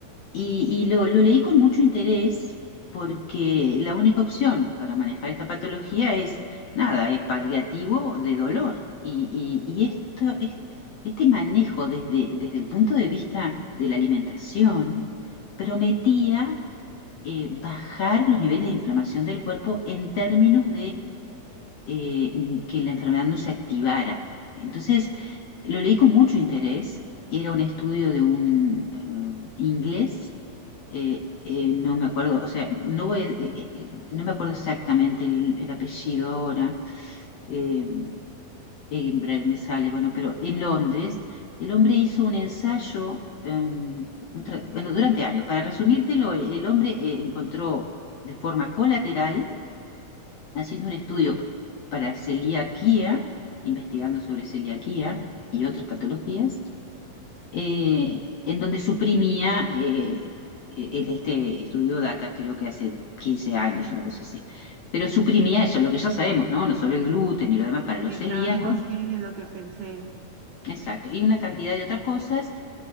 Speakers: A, on the left (about 70°); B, on the right (about 65°).
A: Y, y lo, lo leí con mucho interés porque la única opción para manejar esta patología es nada, es paliativo de dolor. Y, y- y esto, este, este manejo desde, desde el punto de vista de la alimentación prometía eh, bajar los niveles de inflamación del cuerpo en términos eh, que la enfermedad no se activara. Entonces, lo leí con mucho interés. Era un estudio de un eh, inglés, eh, eh, no me acuerdo, o sea, no voy a- eh, eh, no me acuerdo exactamente el, el apellido ahora, eh, Edinburgh me sale, bueno, pero en Londres, el hombre hizo un ensayo, eh, un tra- bueno, durante años. Para resumírtelo, el, el hombre eh, encontró de forma colateral haciendo un estudio para celiaquía, investigando sobre celiaquía y otras patologías, eh, en donde suprimía eh, el- este estudio data, creo que hace 15 años, una cosa así. Pero suprimía eso, lo que ya sabemos, ¿no? No solo el gluten y lo demás para los
B: Exacto,
A: celíacos,
B: sí, es lo que pensé.
A: exacto, y una cantidad de otras cosas,